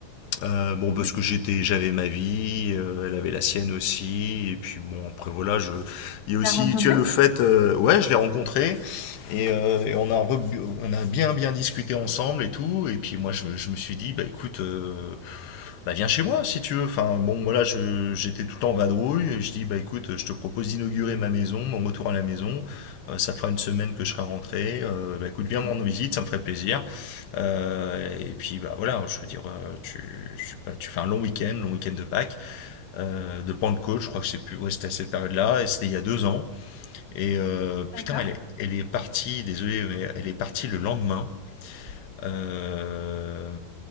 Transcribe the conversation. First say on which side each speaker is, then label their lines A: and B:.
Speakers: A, on the left (about 85°); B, on the left (about 70°).
A: euh, bon, parce
B: Oui.
A: que j'étais, j'avais ma vie, euh, elle avait la sienne aussi, et puis bon, après voilà, je, il y a aussi,
B: Tu l'as rencontré?
A: tu as le fait, euh, ouais, je l'ai rencontré, et, euh, et on, a rebu- on a bien bien discuté ensemble et tout, et puis moi je, je me suis dit, bah écoute, euh, bah viens chez moi si tu veux, enfin bon, voilà, je- j'étais tout le temps en vadrouille, et je dis, bah écoute, je te propose d'inaugurer ma maison, mon retour à la maison, Euh, ça fera une semaine que je serai rentré, Euh, bah écoute, viens
B: Bien.
A: me rendre visite, ça me ferait plaisir. Euh, et puis bah voilà, je veux dire, euh, tu, tu, bah, tu fais un long week-end, long week-end de Pâques, euh, de Pentecôte, je crois que je sais plus, ouais, c'était à cette période-là, et c'était il y a deux ans. Et euh,
B: d'accord,
A: putain, elle est, elle est partie, désolé, mais elle est partie le lendemain. Euh,